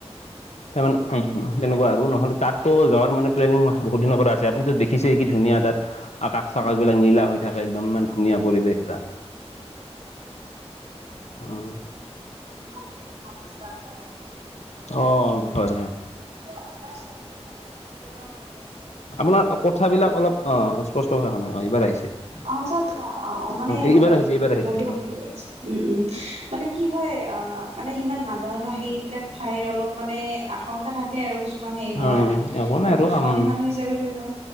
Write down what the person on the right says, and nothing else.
মোক বহুত মন আছে তাত যাব।
চোৱা, আমাৰ ছোৱালী হিচাপে অলপ অসুবিধা হ'ব দিয়ক।
আচ্ছা, আচ্ছা অ', মানে,
উম, উম
ফোনটো
উম, উম, মানে। কি হয়, অ' মানে সিমান নাজানো ন' সেইবিলাক ঠাই অলপ মানে আশংকা থাকে। আৰু কিছুমান হেৰি
হয়,
আৰু ছোৱালী
মানুহ হিচাপে ধৰি লওক